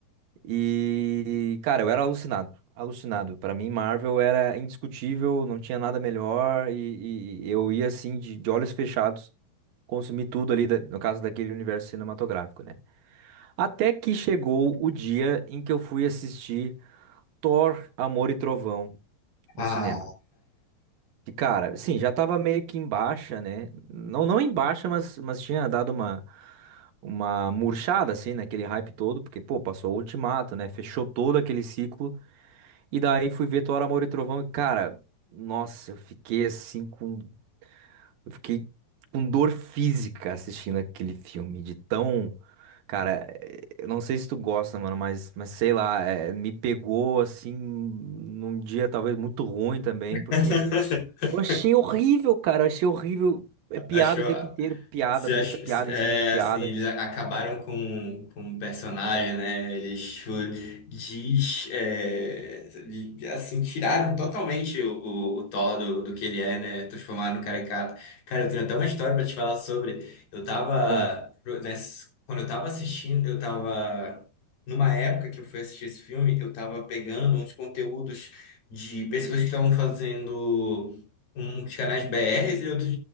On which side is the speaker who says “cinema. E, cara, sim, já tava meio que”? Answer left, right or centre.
Right